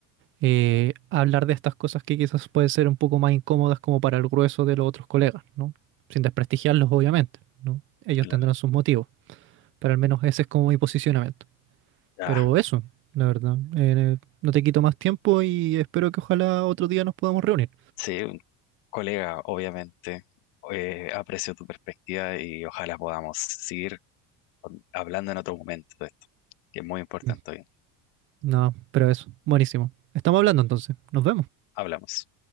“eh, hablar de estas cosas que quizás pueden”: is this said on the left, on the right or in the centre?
Right